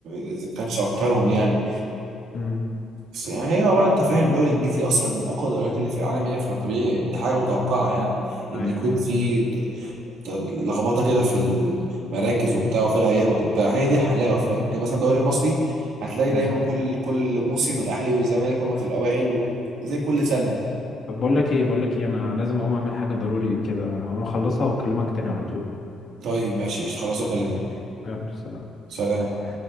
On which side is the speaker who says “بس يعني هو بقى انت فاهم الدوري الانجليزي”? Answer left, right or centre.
Right